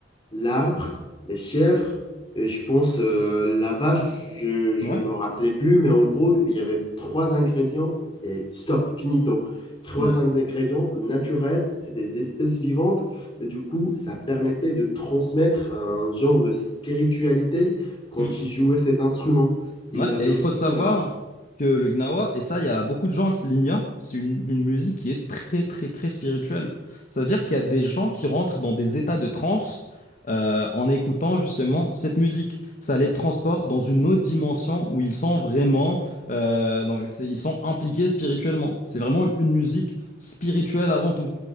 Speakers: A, on the left (about 30°); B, on the left (about 45°).
A: L'arbre, les chèvres, et je pense euh, la vache, je, je
B: Ouais,
A: me rappelais plus, mais en gros, il y avait trois ingrédients et stop, finito. Trois
B: ouais.
A: ingrédients naturels, c'est des espèces vivantes, et du coup, ça permettait de transmettre un genre de spiritualité quand
B: Mhm.
A: il jouait cet instrument. Et
B: Ouais,
A: il avait
B: et
A: aussi,
B: il faut savoir
A: euh,
B: que le gnawa, et ça, il y a beaucoup de gens qui l'ignorent, c'est une, une musique qui est très, très, très spirituelle. C'est-à-dire qu'il y a des gens qui rentrent dans des états de transe euh, en écoutant justement cette musique. Ça les transporte dans une autre dimension où ils sont vraiment, euh, dans- c'est- ils sont impliqués spirituellement. C'est vraiment une musique spirituelle avant tout.